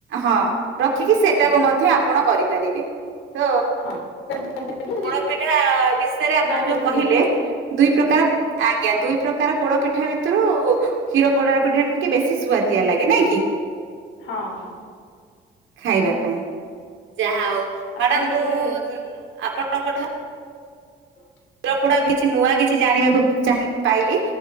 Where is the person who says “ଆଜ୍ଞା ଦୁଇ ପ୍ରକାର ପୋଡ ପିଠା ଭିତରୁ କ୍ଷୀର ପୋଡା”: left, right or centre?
Right